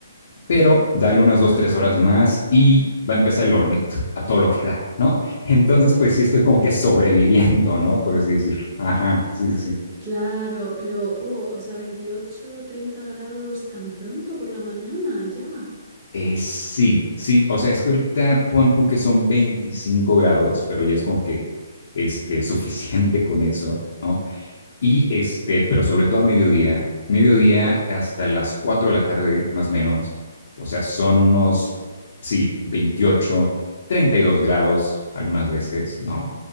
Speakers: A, on the left (about 60°); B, on the right (about 20°).
A: pero dale unas dos,
B: Ah,
A: tres horas más y va a empezar el hornito, a todo lo que da, ¿no? Entonces,
B: uh,
A: pues sí estoy como que sobreviviendo, ¿no? Por así decirlo. Ajá, sí, sí, sí.
B: claro, pero, oh, o sea, 28, 30 grados tan pronto por la mañana, ya.
A: Eh, sí, sí, o sea, es que ahorita pon tú que son 25 grados, pero ya es como que este, suficiente con eso, ¿no? Y este, pero sobre todo a mediodía, mediodía hasta las 4 de la tarde más o menos, o sea, son unos, sí, veintiocho, treinta y dos grados algunas veces, ¿no?